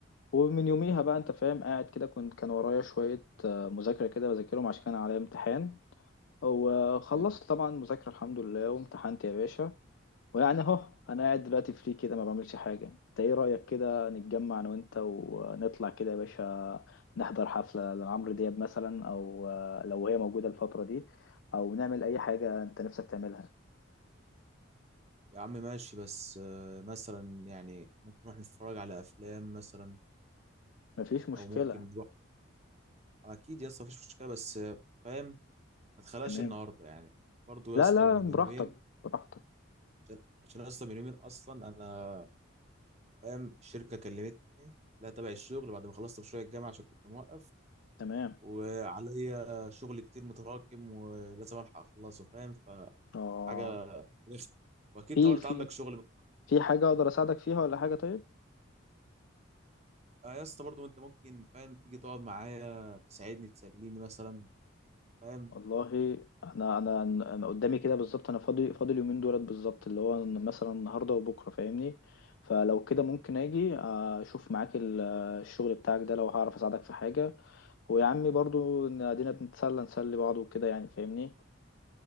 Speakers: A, on the left; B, on the right.
A: ومن يوميها بقى انت فاهم قاعد كده كنت كان ورايا شويه آه، مذاكره كده بذاكرهم عشان كان عليا امتحان وخلصت
B: إيه؟
A: طبعا مذاكره الحمد لله وامتحنت يا باشا ويعني اهو انا قاعد دلوقتي فري كده ما بعملش حاجه انت ايه رايك كده نتجمع انا وانت ونطلع كده يا باشا نحضر حفله لعمرو دياب مثلا او آه، لو هي موجوده الفتره دي او نعمل اي حاجه انت نفسك تعملها
B: يا عم ماشي بس آه، مثلا يعني ممكن نروح نتفرج على أفلام مثلا
A: مفيش مشكله
B: أو ممكن نروح أكيد يا اسطى مفيش مشكلة بس آه، فاهم ما تخلاش
A: تمام
B: النهاردة يعني برضو
A: لا
B: يا اسطى
A: لا
B: من يومين
A: براحتك براحتك
B: عشان عشان يا اسطى من يومين أصلا أنا فاهم الشركة كلمتني لا تبع الشغل بعد ما خلصت مشروع الجامعة عشان كنت موقف
A: تمام
B: وعليا شغل كتير متراكم ولازم الحق اخلصه فاهم فحاجه
A: اه
B: رخمة. واكيد
A: في
B: طبعا انت
A: في
B: عندك شغل
A: في حاجه اقدر اساعدك فيها ولا حاجه طيب
B: آه يا اسطى برضه انت ممكن فاهم تيجي تقعد معايا تساعدني تسليني مثلا فاهم
A: والله انا انا انا قدامي كده بالظبط انا فاضي فاضي اليومين دولت بالظبط اللي هو مثلا النهارده وبكره فاهمني فلو كده ممكن اجي اشوف معاك ال- الشغل بتاعك ده لو هعرف اساعدك في حاجه ويا عمي برضو إن ادينا بنتسلى نسلي بعض وكده يعني فاهمني